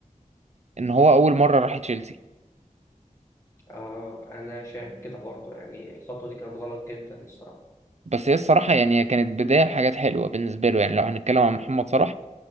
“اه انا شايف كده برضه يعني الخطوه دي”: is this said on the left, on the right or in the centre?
Left